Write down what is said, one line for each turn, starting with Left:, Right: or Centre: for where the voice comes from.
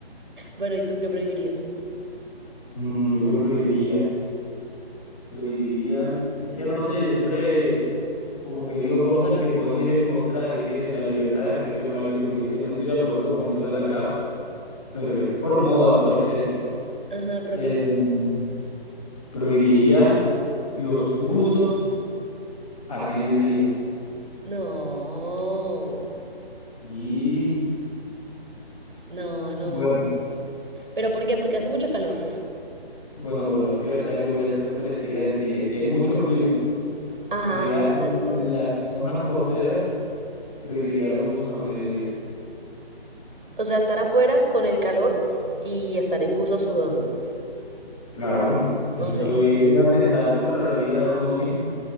Right: Bueno, ¿y tú qué prohibirías?
Centre: Mm, yo que prohibiría, prohibiría. Es que no sé, yo siempre como que digo cosas que pueden ir en contra de qué, de la libertad de expresión o algo así, porque es que no estoy de acuerdo con eso de las gafas, pero es por moda, por estética.
Right: Ajá, pero
Centre: Em,
Right: ¿qué más?
Centre: prohibiría los buzos a mediodía.
Right: No,
Centre: Y
Right: no, no.
Centre: bueno,
Right: ¿Pero por qué? Porque hace mucho calor.
Centre: bueno, bueno, es que es verdad que voy a ser presidente y aquí hay muchos climas.
Right: Ajá,
Centre: Sería
Right: exacto.
Centre: en, en las zonas costeras, prohibiría los buzos a mediodía.
Right: O sea, estar afuera con el calor y estar en buzo sudando.
Centre: Claro,
Right: Ok.
Centre: y eso es atentar contra la vida de uno mismo.